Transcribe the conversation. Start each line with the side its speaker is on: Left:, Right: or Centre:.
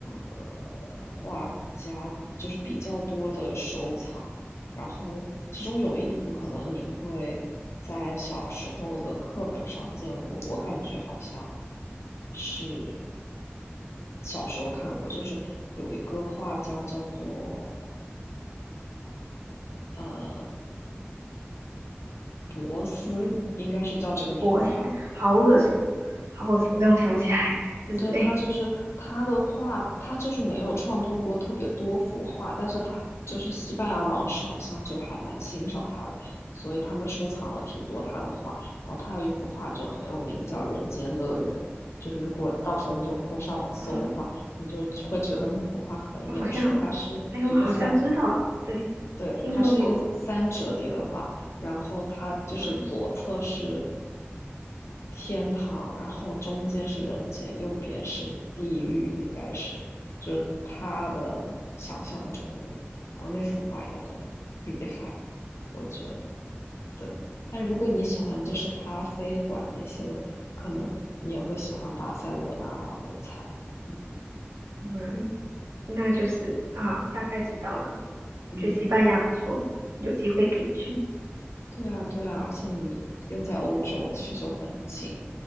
Left: 呃、画家，就是比较多的收藏。然后其中有一幅可能你会在小时候的课本上见过，我感觉好像是小时候看过，就是有一个画家叫做呃博斯，
Right: 嗯，
Left: 应该是叫这个名字吧。
Right: 博士，好耳熟，好耳熟，但我想不起来是谁。
Left: 对，他就是他的画，他就是没有创作过特别多幅画，但是他就是西班牙王室好像就还蛮欣赏他的，所以他们收藏了挺多他的画。然后他有一幅画就很有名，叫《人间乐园》，就是如果到时候你有空上网搜的话，
Right: 嗯，
Left: 你就会觉得那幅画很眼熟。
Right: 我好像，
Left: 它是一个三
Right: 哎，我好像知道，对，
Left: 对，
Right: 听说过。
Left: 它是一个三折叠的画，然后它就是左侧是
Right: 嗯
Left: 天堂，然后中间是人间，右边是地狱，应该是，就是他的想象中的。然后那幅画也很厉害，我觉得。对，但如果你喜欢就是咖啡馆那些的，可能你也会喜欢巴塞罗那吧，我猜。嗯
Right: 嗯，那就是啊，大概知道了。
Left: 嗯。
Right: 觉得西班牙不错，有机会可以去，
Left: 对啊，对啊，而且你又在欧洲，去就很近，